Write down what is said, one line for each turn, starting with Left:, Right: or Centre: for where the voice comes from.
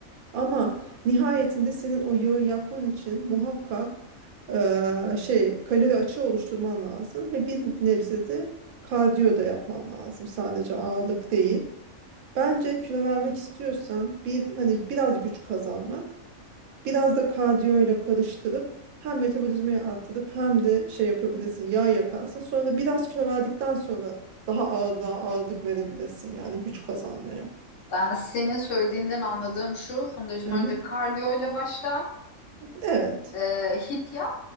Right: Ama nihayetinde senin o yağı yakman için muhakkak eee, şey kalori açığı oluşturman lazım ve bir nebze de kardiyo da yapman lazım. Sadece ağırlık değil. Bence kilo vermek istiyorsan bir hani biraz güç kazanmak, biraz da kardiyo ile karıştırıp hem metabolizmayı arttırıp hem de şey yapabilirsin, yağ yakarsın. Sonra da biraz kilo verdikten sonra daha ağırlığa ağırlık verebilirsin yani güç kazanmaya.
Left: Ben senin söylediğinden anladığım şu, Fundacığım
Right: Hı
Left: önce
Right: hı.
Left: kardiyoyla başla,
Right: Evet.
Left: e, hit yap,